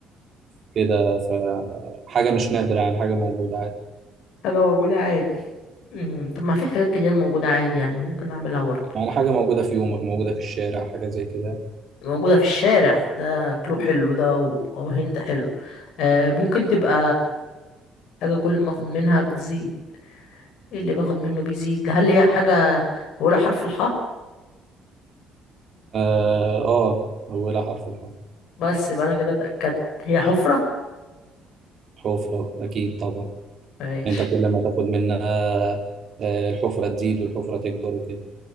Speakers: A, on the right; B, on the left.
A: كده فحاجة مش نادرة يعني حاجة موجودة عادي
B: حاجة موجودة عادي مم. طب ما في حاجات كتير موجودة عادي يعني ممكن أعملها برضه
A: يعني حاجة موجودة في يومك موجودة في الشارع حاجة زي كده
B: موجودة في الشارع ده كلو حلو ده و- أو هنت حلو آه ممكن تبقى حاجة كل ما باخد منها بتزيد إيه اللي باخد منه بيزيد هل هي حاجة أولها حرف الحاء
A: آه آه، أولها حرف الحرف
B: بس يبقى أنا كده اتأكدت هي حفرة
A: حفرة أكيد طبعا
B: ماشي
A: أنت كل ما تاخد منها آه، الحفرة تزيد والحفرة تكبر وكده